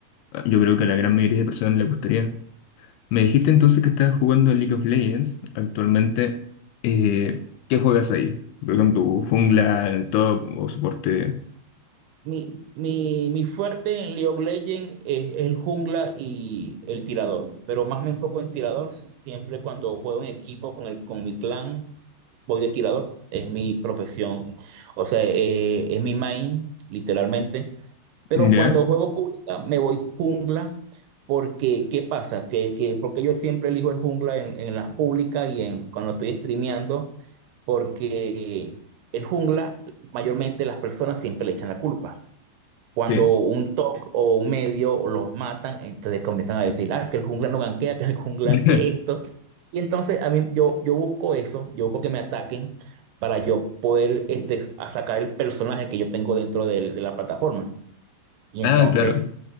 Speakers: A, on the left (about 80°); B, on the right (about 75°).
A: ah, yo creo que a la gran mayoría de personas le gustaría. Me dijiste entonces que estás jugando a League of Legends actualmente. Eh, ¿qué juegas ahí? Por ejemplo, jungla, el top o soporte.
B: Mi, mi, mi fuerte en League of Legends es el jungla y el tirador, pero más me enfoco en tirador, siempre cuando juego en equipo con, el, con mi clan voy de tirador, es mi profesión, o sea, eh, es mi main, literalmente. Pero
A: ¿Ya?
B: cuando juego pública me voy jungla, porque ¿qué pasa? Que, que, porque yo siempre elijo el jungla en, en las públicas y en, cuando estoy streameando, porque el jungla, mayormente las personas siempre le echan la culpa. Cuando
A: Sí.
B: un top o un medio los matan, entonces comienzan a decir, ah, que el jungla no ganquea, que el jungla
A: <laughs>
B: que esto. Y entonces a mí yo, yo busco eso, yo busco que me ataquen para yo poder este, a sacar el personaje que yo tengo dentro del- de, la plataforma. Y
A: Ah,
B: entonces,
A: claro.